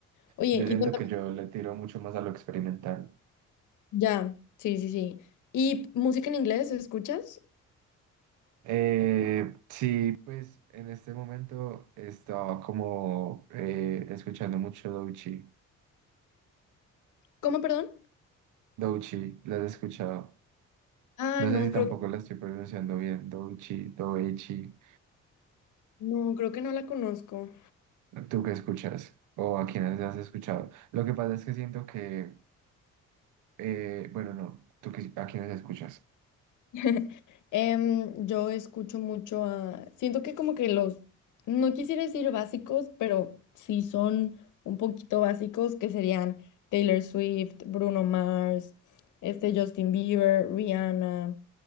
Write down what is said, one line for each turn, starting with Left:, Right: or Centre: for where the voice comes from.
Left: Oye,
Right: Yo siento
Left: y cuéntame
Right: que yo le tiro mucho más a lo experimental.
Left: Ya, sí, sí, sí. ¿Y música en inglés escuchas?
Right: Eh, sí, pues en este momento estaba como eh, escuchando mucho Douchi.
Left: ¿Cómo, perdón?
Right: Douchi, ¿la has escuchado?
Left: Ah,
Right: No
Left: no,
Right: sé si tampoco
Left: creo que,
Right: la estoy pronunciando bien. Douchi, Doechi.
Left: no, creo que no la conozco.
Right: ¿Tú qué escuchas? ¿O a quiénes has escuchado? Lo que pasa es que siento que, eh, bueno, no, ¿tú qué- a quiénes escuchas?
Left: <laughs> Em, yo escucho mucho a... Siento que como que los, no quisiera decir básicos, pero sí son un poquito básicos, que serían Taylor Swift, Bruno Mars, este Justin Bieber, Rihanna.